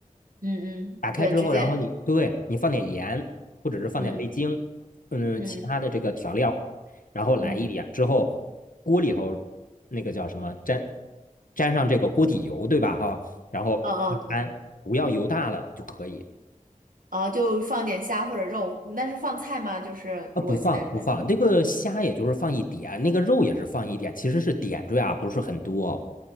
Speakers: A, on the right (about 80°); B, on the left (about 80°).
A: 嗯嗯，
B: 打开之后，
A: 对，直接，
B: 然后你对你放点盐，或者是放点味精，
A: 嗯
B: 嗯，
A: 嗯
B: 其他的这个调料，然后来一点之后，
A: 嗯
B: 锅里头那个叫什么沾沾上这个锅底油，对吧？哈，然后一摊，
A: 嗯嗯，对，
B: 不要油大了就可以。
A: 哦，就放点虾或者肉，那是放菜吗？就是如果鸡蛋里面，
B: 啊，不放不放，那个虾也就是放一点，那个肉也是放一点，其实是点缀啊，不是很多。